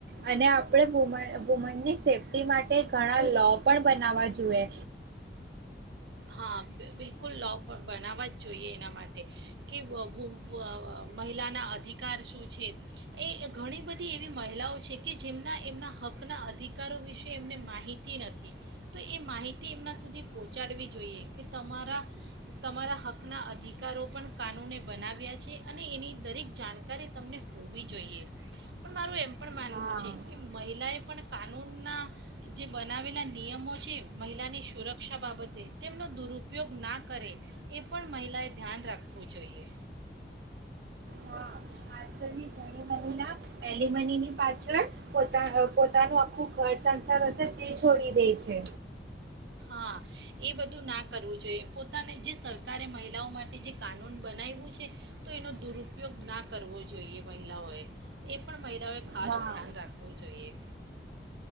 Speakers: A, on the right; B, on the right.
A: અને આપણે વુન વુમનની સેફ્ટી માટે ઘણા લો પણ બનાવવા જોઈએ.
B: હા બિલકુલ લો બનાવવા જ જોઈએ એના માટે કે વ વું મહિલાના અધિકાર શું છે એ ઘણી બધી એવી મહિલાઓ છે કે જેમના એમના હકના અધિકારો વિશે એમને માહિતી નથી તો એ માહિતી એમના સુધી પહોંચાડવી. જોઈએ કે તમારા તમારા હકના અધિકારો પણ કાનૂને બનાવ્યા છે અને એની દરેક જાણકારી તમને હોવી જોઈએ પણ મારું એમ પણ માનવું
A: હા
B: છે કે મહિલાએ પણ કાનૂનના જે બનાવેલા નિયમો છે મહિલાની સુરક્ષા બાબતે. તેમનો દુરુપયોગ ના કરે એ પણ મહિલાએ ધ્યાન રાખવું જોઈએ.
A: હા આજકાલની ઘણી મહિલા એલિમનીની પાછળ પોતા પોતાનું આખું ઘર સંસાર હશે તે છોડી દે છે.
B: હા એ બધું ના કરવું જોઈએ પોતાને જે સરકારે મહિલાઓ માટે જે કાનૂન બનાવવ્યું છે તો એનો દુરુપયોગ ના કરવો જોઈએ મહિલાઓએ એ પણ મહિલા એટલે હવે ખાસ
A: હા
B: ધ્યાન રાખવું જોઈએ.